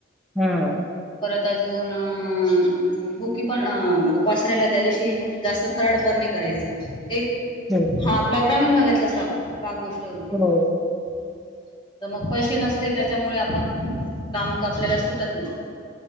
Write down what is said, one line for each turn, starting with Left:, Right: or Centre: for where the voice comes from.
Centre: हम्म
Left: परत अजून भुकी पण उपास रायला त्या दिवशी जास्त फराळ पण नाही करायचं. एक
Centre: हम्म
Left: हा आपला ग्रामीण भागात असा भाग गोष्ट <unintelligible>
Centre: हो
Left: तर मग पैसे नसले त्याच्यामुळे आपण काम आपल्याला सुटत नाही.